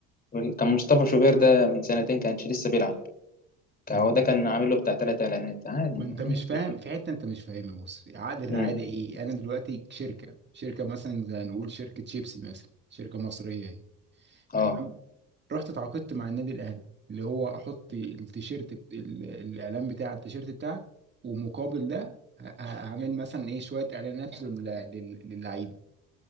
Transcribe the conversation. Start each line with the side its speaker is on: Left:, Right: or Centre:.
Left: يقول- كان مصطفى شوبير ده من سنتين كانش لسه بيلعب كان-
Right: مم.
Left: هو ده كان عامل له بتاع تلات إعلانات عادي
Right: ما انت
Left: يعني
Right: مش
Left: هي بتبقى
Right: فاهم في حتة انت مش فاهمها بص عقد الرعاية
Left: مم.
Right: ايه انا دلوقتي شركة شركة مثلا زي نقول شركة شيبسي مثلا شركة مصرية اهي
Left: أه
Right: تمام رحت اتعاقدت مع النادي الاهلي اللي هو احط التيشيرت بت- ال- الاعلان بتاع التيشيرت بتاعك ومقابل ده ه- ه- هعمل مثلا ايه شوية اعلانات لل- لل- للعيبة